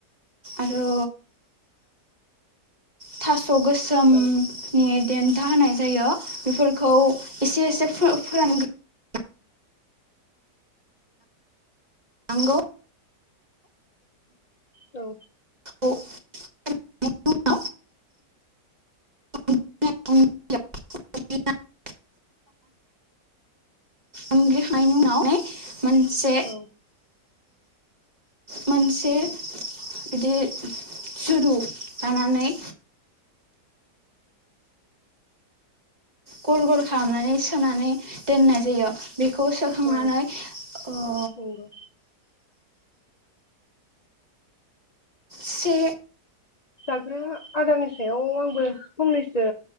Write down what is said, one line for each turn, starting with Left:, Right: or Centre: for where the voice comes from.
Right: आरो था स' गोसोमनि
Left: औ
Right: देन खोथा होनाय जायो बेफोरखौ एसे एसे फोरानग्रो नांगौ
Left: औ
Right: औ <unintelligible> <unintelligible> उनग्लि खांनायनि उनाव <unintelligible> मोनसे
Left: औ
Right: मोनसे बिदि जुरु लानानै गल गल खालामनानै सोनानै दोननाय जायो बेखौ सोखांनानै
Left: औ
Right: ओ
Left: नंगौ
Right: से
Left: <unintelligible> आदारनि सायाव आंबो फंनैस सो